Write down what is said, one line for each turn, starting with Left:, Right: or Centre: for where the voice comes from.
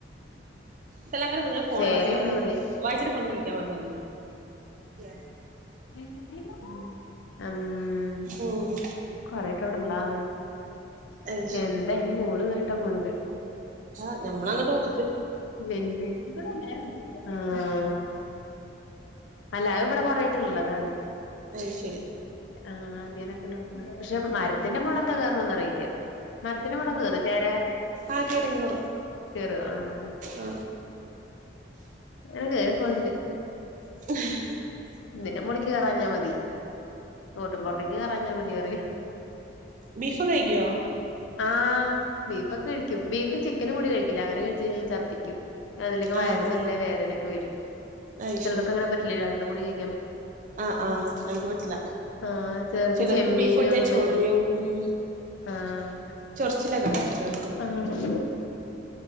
Right: സലാങ്ക ഞാൻഫോണിലാ
Left: ചേരയാണ്
Right: സലാങ്ക
Left: പറയാ
Right: വായിജിന്റെ ഫോ ണിന്ന് വിളിക്കാൻ പറ സലാങ്കനോ ട് ജെ
Left: ഉം ആഹ്
Right: ഉം
Left: കൊറെക്കെ ഇവിടെള്ളാണ്
Right: അയ്
Left: എന്താഅയി ന് മോള് കേറിട്ടാ പോണത്
Right: ആ ഞമ്മള അങ്ങട്ട് ഉപ
Left: വെന്ത <unintelligible> ആഹ് അല്ല അഹ് വടെ കൊറേ തിന്നതാണ്
Right: ത് ശരി.
Left: ആഹ്, അധ്യാനൊക്കെ നോക് പക്ഷെ മരത്തിന്റെ മുള എന്താ കേറണംന്ന് റിയില്ല. മരത്തിന് മുകളിലൊക്കെ കെറോ ചേര.
Right: ആകെ എടങ്ങേറും
Left: കേറ, ആഹ്,
Right: ആഹ്
Left: നകേറി പോൽണ്ട്.
Right: <unintelligible>
Left: ഇതിന്റെ മോളിക്ക് കേറാഞ്ഞാ മതി. ഓട്ടുംമ്പുറത്ക്ക് കേറഞ്ഞാൽ മതി. യറിയ.
Right: ബീഫക്കെ കഴിക്കൊ?
Left: ആഹ്, ബീഫൊക്കെ കഴിക്കും. ബീഫും ചിക്കനും കൂടി കഴിക്കില്ല. അങ്ങനെ കഴിച്ച കഴിഞ്ഞാ ഛർദ്ദിക്കും. അതിലൊക്കെ വയറിന്
Right: ആഹ്
Left: വല്ല വേദനൊക്കെ വരും.
Right: അയ്
Left: ചിലർക്ക
Right: ശരി
Left: ങ്ങനെ പറ്റില്ല രണ്ടും കൂടി ക
Right: ആഹ്, ആഹ് ചിലർക്ക് പറ്റില്ല.
Left: ആഹ്
Right: ചിലർക്ക്
Left: ചെമ്മീന്
Right: ബീഫ് കൂട്ടിയ
Left: ഒന്നും
Right: ചോറിയും.
Left: പറ്റില്ല
Right: ഉം
Left: ആഹ്
Right: ചൊറിച്ചിലൊക്കണ്ടാ ചലോ.
Left: ആഹ്